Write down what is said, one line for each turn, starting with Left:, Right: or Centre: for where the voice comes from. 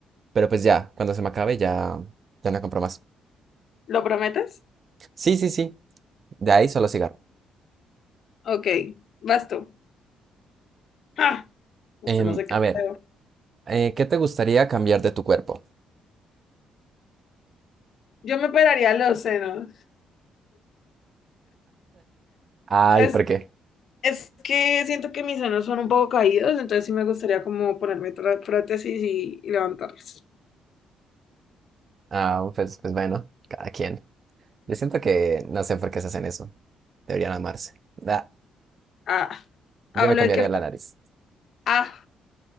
Right: Pero pues ya, cuando se me acabe, ya, ya no compro más.
Left: ¿Lo prometes?
Right: Sí, sí, sí. De ahí solo cigarro.
Left: Ok, vas tú. Ah, pues
Right: Em,
Left: no sé qué.
Right: a ver,
Left: pedo.
Right: eh, ¿qué te gustaría cambiar de tu cuerpo?
Left: Yo me operaría los senos.
Right: Ay,
Left: Es
Right: ¿por qué?
Left: Es que siento que mis senos son un poco caídos, entonces sí me gustaría como ponerme tra- prótesis y, y levantarlos.
Right: Ah, pues, pues bueno, cada quien. Yo siento que no sé por qué se hacen eso. Deberían amarse. Da,
Left: Ah, hablo
Right: yo me cambiaría
Left: de que...
Right: la nariz.
Left: Ah,